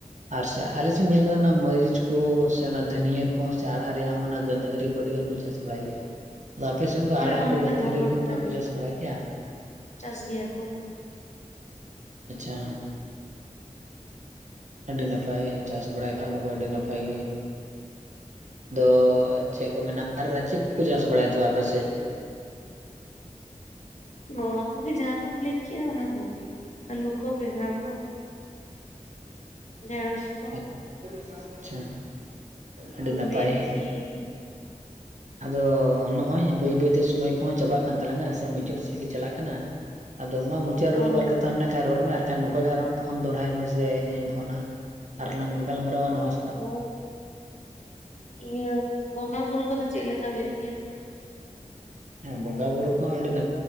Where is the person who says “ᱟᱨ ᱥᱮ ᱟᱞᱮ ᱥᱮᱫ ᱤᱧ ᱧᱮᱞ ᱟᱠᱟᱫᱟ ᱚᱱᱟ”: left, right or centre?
Right